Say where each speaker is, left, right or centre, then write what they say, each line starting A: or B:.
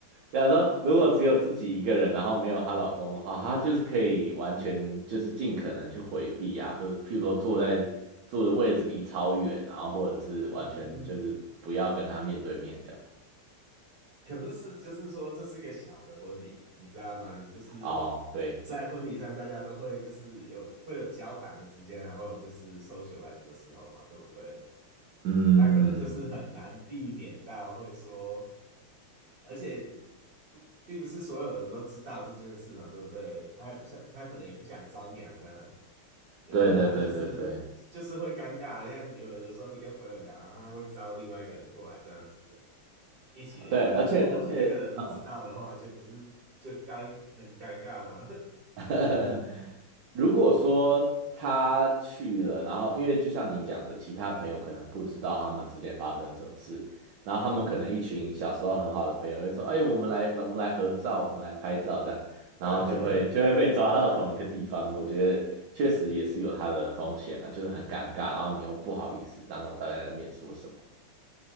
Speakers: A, on the right; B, on the right.
A: 假如说，如果只有自己一个人，然后没有她老公的话，她就是可以完全就是尽可能去回避啊，不是，譬如说坐在坐的位置离超远，然后或者是完全就是不要跟她面对面这样。
B: 嗯嗯。嗯可是是就是说这是一个小的婚礼，你知道吗？你就是
A: 哦，对，
B: 在婚礼上，大家都会就是有会有交谈的时间啊，会有就是 socialize 的时候嘛，对不对？
A: 嗯，
B: 那可能就是很难避免到会说，而且不并不是所有人都知道这件事嘛，对不对？他也不想，他可能也不想张扬呢、有没有？
A: 对对对对对
B: 那就是就是会尴尬，像有有时候你跟朋友聊，然后他会招另外一个人过来这样子，一起聊。
A: 对，
B: 那如果那个人不知道的话，
A: 而且而且，嗯，
B: 就不是就尴很尴尬吗？<laughs>
A: <laughs> 如果说他去了，然后因为就像你讲的，其他朋友可能不知道他们之间发生什么事，然后他们可能一群小时候很好的朋友会说：
B: 嗯嗯
A: “哎，我们来，我们来合照，我们来拍照，这样。”然后就会就会被抓到同一个地方。
B: 对，<laughs>
A: 我觉得确实也是有它的风险啊，就是很尴尬，然后你又不好意思当着大家的面说什么。